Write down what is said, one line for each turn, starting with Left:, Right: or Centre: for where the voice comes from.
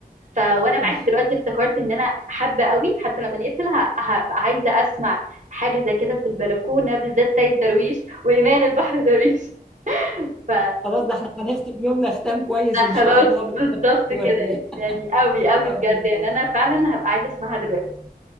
Right: ف وانا معاكي
Centre: صح
Right: دلوقتي افتكرت ان انا حابه قوي حتى لما نقفل ه- هبقى عايزه اسمع حاجه زي كده في البلكونه بالذات سيد درويش وايمان البحر درويش ف
Centre: خلاص ده احنا هنختم يومنا ختام كويس ان
Right: خلاص
Centre: شاء الله بالاغاني
Right: بالظبط
Centre: الوردية
Right: كده
Centre: ان
Right: يعني قوي قوي
Centre: شاء
Right: بجد
Centre: الله
Right: يعني انا فعلا هبقى عايزه اسمعها دلوقتي